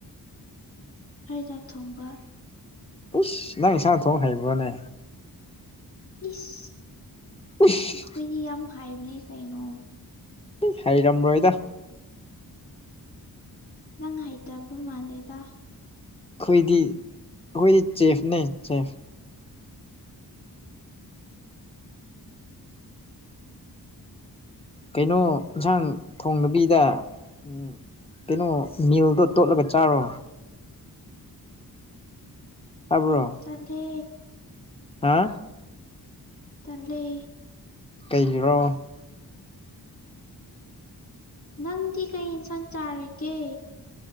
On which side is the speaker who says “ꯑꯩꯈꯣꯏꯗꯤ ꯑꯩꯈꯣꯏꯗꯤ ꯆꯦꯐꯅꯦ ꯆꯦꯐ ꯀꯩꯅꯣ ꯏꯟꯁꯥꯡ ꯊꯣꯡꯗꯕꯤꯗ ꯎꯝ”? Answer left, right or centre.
Left